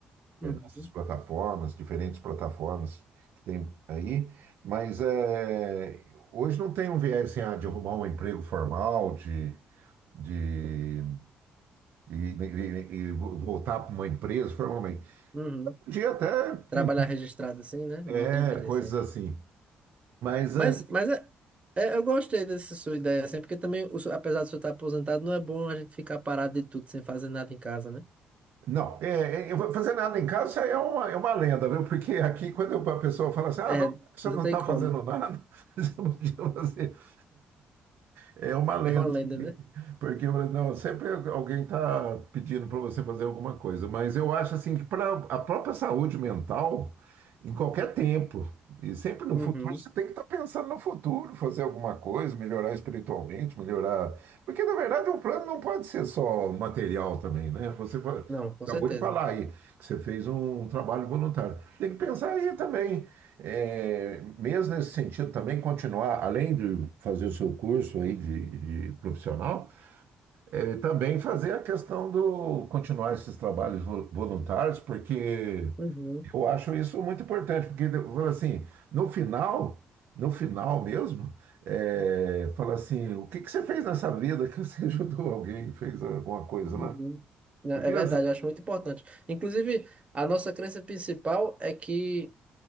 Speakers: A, on the right (about 35°); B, on the right (about 70°).
A: Uhum.
B: essas plataformas, diferentes plataformas que tem aí, mas é, hoje não tem um viés assim, ah, de arrumar um emprego formal, de, de e, e- e vo- voltar para uma empresa formalmente.
A: Uhum.
B: Podia até
A: Trabalhar
B: pintar,
A: registrado assim, né? Não
B: é,
A: tem interesse.
B: coisas
A: hein?
B: assim. Mas
A: Mas,
B: é,
A: mas é, é- eu gostei dessa sua ideia, assim, porque também, o seu- apesar de você estar aposentado, não é bom a gente ficar parado de tudo sem fazer nada em casa, né?
B: Não, é, é, eu vou fazer nada em casa é uma, é uma lenda, viu? Porque aqui, quando a pessoa fala assim, ah,
A: É,
B: não, já que você
A: não
B: não
A: tem
B: está
A: como.
B: fazendo
A: <laughs>
B: nada, <laughs> você podia fazer. <laughs> É uma lenda.
A: É uma lenda, né?
B: Porque não, sempre alguém está pedindo para você fazer alguma coisa. Mas eu acho assim que para a própria saúde mental, em qualquer tempo, e sempre no
A: Uhum.
B: futuro, você tem que estar pensando no futuro, fazer alguma coisa, melhorar espiritualmente, melhorar. Porque, na verdade, o plano não pode ser só material também, né? Você pode.
A: Não, com
B: Acabou
A: certeza.
B: de falar aí que você fez um um trabalho voluntário. Tem que pensar aí também, é, mesmo nesse sentido, também continuar, além de fazer o seu curso aí de, de profissional, é, também fazer a questão do continuar esses trabalhos vo- voluntários, porque
A: Uhum.
B: eu acho isso muito importante, porque fala assim, no final, no final mesmo, é, fala assim, o que que você fez nessa vida que você <laughs> ajudou alguém, fez alguma coisa,
A: Uhum.
B: né?
A: Não,
B: Porque
A: é verdade,
B: às
A: eu acho muito importante. Inclusive, a nossa crença principal é que